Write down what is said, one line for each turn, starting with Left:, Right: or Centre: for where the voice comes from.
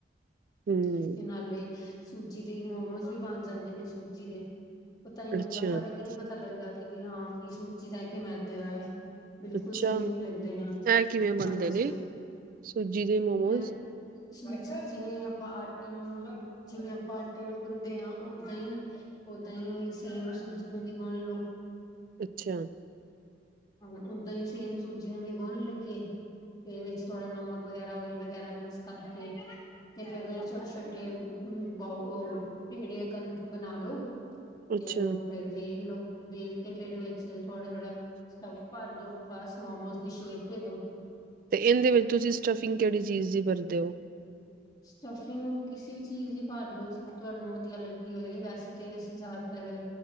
Left: <inaudible>
Right: ਹੂੰ
Left: ਤੇ ਨਾਲੇ ਸੂਜੀ ਦੇ ਮੋਮੋਸ ਵੀ ਬਣ ਜਾਂਦੇ ਨੇ ਸੂਜੀ ਦੇ ਪਤਾ ਹੀ ਲੱਗਦਾ
Right: ਅੱਛਾ-ਅੱਛਾ
Left: ਫਰਕ ਹੀ ਨਹੀਂ ਪਤਾ। ਲੱਗਦਾ ਕਿ ਵੀ ਹਾਂ ਵੀ ਸੂਜੀ ਦਾ ਏ ਜਾ ਕੇ ਮੈਦੇ ਦਾ ਏ। ਬਿਲਕੁਲ
Right: ਅੱਛਾ
Left: ਸੇਮ ਹੀ ਲੱਗਦੇ ਨੇ
Right: ਇਹ ਕਿਵੇਂ ਬਣਦੇ
Left: ਹਾਂਜੀ
Right: ਨੇ ਸੂਜੀ ਦੇ ਮੋਮੋਸ।
Left: ਅ ਸੂਜੀ ਜਿਵੇਂ ਆਪਾਂ ਆਟੇ ਨੂੰ ਜਿਵੇਂ ਆਪਾਂ ਆਟੇ ਨੂੰ ਗੁੰਦੇ ਹਾਂ ਓਦਾਂ ਹੀ ਓਦਾਂ ਹੀ ਸੇਮ ਸੂਜੀ ਨੂੰ ਵੀ। ਗੁਨ ਲਓ।
Right: ਅੱਛਾ।
Left: ਹਾਂ ਓਦਾਂ ਹੀ ਸੇਮ ਸੂਜੀ ਨੂੰ ਵੀ ਗੁਨ ਕੇ ਤੇ ਵਿੱਚ ਥੋੜਾ ਨਮਕ ਵਗੈਰਾ ਓਇਲ ਵਗੈਰਾ ਮਿਕਸ ਕਰਕੇ ਤੇ ਫੇਰ ਉਹ ਛੋਟੇ ਛੋਟੇ ਬੌਲ ਪੇਡੇ ਬਣਾ ਲੋ। ਤੇ
Right: ਅੱਛਾ-ਅੱਛਾ-ਅੱਛਾ
Left: ਉਹਨੂੰ ਫੇਰ ਵੇਲੋ ਵੇਲ ਕੇ ਫੇਰ ਵਿੱਚ ਥੋੜਾ-ਥੋੜਾ ਸਟੱਫ ਭਰ ਦੋ ਬਸ ਮੋਮੋਸ ਦੀ ਸ਼ੇਪ ਦੇ ਦਿਓ।
Right: ਤੇ ਇਹਦੇ ਵਿੱਚ ਤੁਸੀਂ ਸਟਫਿੰਗ ਕਿਹੜੀ ਚੀਜ਼ ਦੀ ਵਰਤਦੇ ਹੋ।
Left: ਸਟਫਿੰਗ ਕਿਸੇ ਵੀ ਚੀਜ਼ ਦੀ ਭਰ ਲਓ ਜਿਹਦੀ ਤੁਹਾਨੂੰ ਵਧੀਆ ਲੱਗਦੀ ਹੋਏ। ਵੈਸੇ ਤੇ ਅਸੀਂ ਜ਼ਿਆਦਾਤਰ